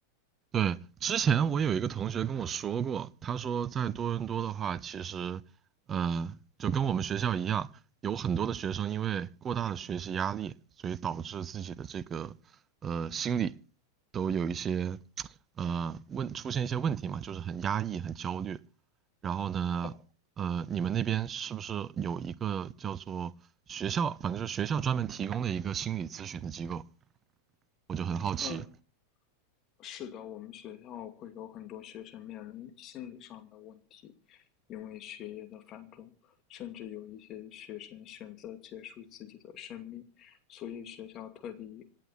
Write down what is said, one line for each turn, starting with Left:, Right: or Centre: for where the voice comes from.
Right: 对之前我有一个同学跟我说过，他说在多伦多的话，其实呃就跟我们学校一样，有很多的学生因为过大的学习压力，所以导致自己的这个呃心理都有一些呃问出现一些问题嘛，就是很压抑、很焦虑。然后呢，
Left: 呃
Right: 呃，你们那边是不是有一个叫做学校，反正就是学校专门提供的一个心理咨询的机构？我就很好奇。
Left: 嗯，是的，我们学校会有很多学生面临心理上的问题，因为学业的繁重，甚至有一些学生选择结束自己的生命，所以学校特地